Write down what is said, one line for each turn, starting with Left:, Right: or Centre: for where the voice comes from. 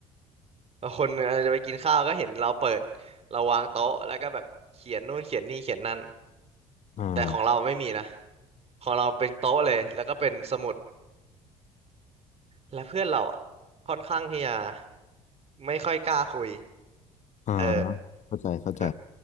Right: บางคนเอ่อจะไปกินข้าวก็เห็นเราเปิดเราวางโต๊ะแล้วก็แบบเขียนนู่นเขียนนี่เขียนนั่น
Left: อ่า
Right: แต่ของเราไม่มีนะของเราเป็นโต๊ะเลยแล้วก็เป็นสมุดและเพื่อนเราอะค่อนข้างที่จะไม่ค่อยกล้าคุย
Left: อ่า
Right: เออ
Left: เข้าใจเข้าใจ
Right: เอ่อ